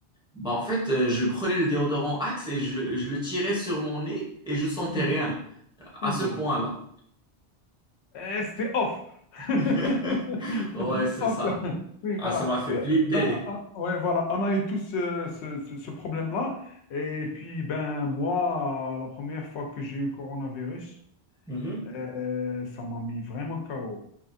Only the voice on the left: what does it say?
Mhm.
Oula.
Eh, c'était off. <laughs>
Off.
Oui,
voilà.
Euh,
ben, euh, ouais, voilà. On a eu tous ce, ce- ce- ce problème-là. Et puis, ben, moi, la première fois que j'ai eu coronavirus,
euh, ça m'a mis vraiment KO.